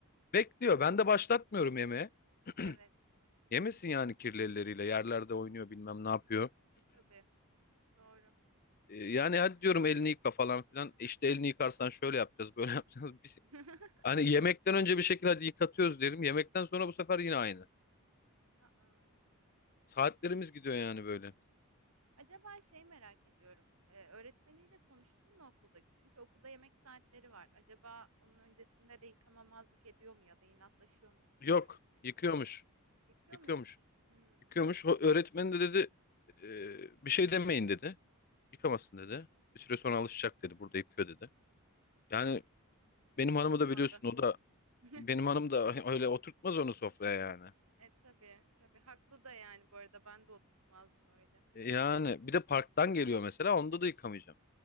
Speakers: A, on the left; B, on the right.
A: Bekliyor. Ben de başlatmıyorum yemeğe. <clears throat>
B: Evet.
A: Yemesin yani kirli elleriyle. Yerlerde oynuyor bilmem ne yapıyor.
B: E tabii. Doğru.
A: Ee, yani hadi diyorum elini yıka falan filan. E İşte elini yıkarsan şöyle yapacağız böyle <laughs> yapacağız. Bir- şey,
B: <laughs>
A: Hani yemekten önce bir şekilde hadi yıkatıyoruz derim. Yemekten sonra bu sefer yine aynı.
B: Aa,
A: Saatlerimiz
B: çok
A: gidiyor yani böyle.
B: Acaba şey merak ediyorum. e, öğretmeniyle konuştun mu okuldaki? Çünkü okulda yemek saatleri var. Acaba onun öncesinde de yıkamamazlık ediyor mu ya da inatlaşıyor mu
A: Yok
B: öğretmeniyle?
A: yıkıyormuş.
B: Yıkıyor
A: Yıkıyormuş.
B: muymuş? Hmm,
A: Yıkıyormuş. O öğretmen de dedi "Ee, bir şey demeyin dedi. Yıkamasın dedi. Bir süre sonra alışacak dedi. Burada yıkıyor dedi. Yani benim
B: alışmadı.
A: hanımı da biliyorsun o da
B: <laughs>
A: benim hanım da <laughs> öyle oturtmaz onu sofraya yani.
B: E tabii tabii haklı da yani bu arada ben de oturtmazdım öyle.
A: Yani bir de parktan geliyor mesela onda da yıkamayacağım.